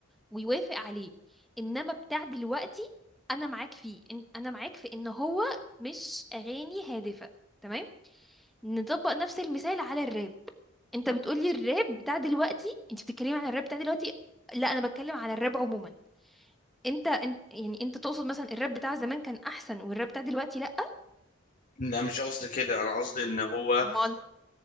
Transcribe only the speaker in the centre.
ويوافق عليه انما بتاع دلوقتي انا معاك فيه إن- انا معاك في ان هو مش اغاني هادفه تمام نطبق نفس المثال على الراب انت بتقولي الراب بتاع دلوقتي انت بتتكلمي على الراب بتاع دلوقتي لا انا بتكلم على الراب عموما انت انت يعني انت تقصد مثلا الراب بتاع زمان كان احسن والراب بتاع دلوقتي لا
امال